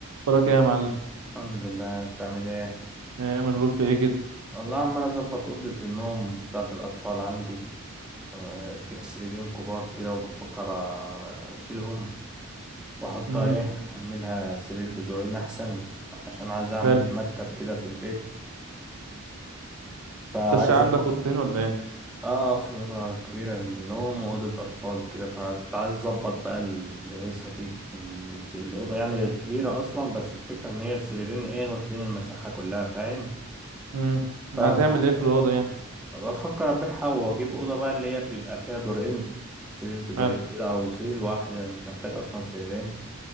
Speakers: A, on the right; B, in the centre.
A: وراك ايه يا معلم
B: الحمد لله انت عامل ايه
A: ايه مشغول في ايه كده
B: الله عمال اظبط اوضه النوم بتاعت الاطفال عندي آه، فيها سريرين كبار كده وبفكر آه، اشيلهم واحطها
A: امم
B: ايه اعملها سرير بدورين احسن عشان عايز اعمل
A: حلو
B: لي مكتب كده في البيت فعايز
A: انت الشقة عندك
B: اوفر
A: اوضتين ولا ايه
B: اه في اوضه كبيره للنوم واوضه اطفال كده فكنت عايز اظبط بقى الهيصه دي الاوضه يعني كبيره اصلا بس الفكره ان هي السريرين ايه واخدين المساحه كلها فاهم
A: امم
B: فانا
A: هتعمل
B: بفكر
A: ايه في الاوضه يعني
B: بفكر ابيعها واجيب اوضه بقى اللي هي بيبقى فيها دورين سرير بدورين
A: حلو
B: كده او سرير واحد انا مش محتاج اصلا سريرين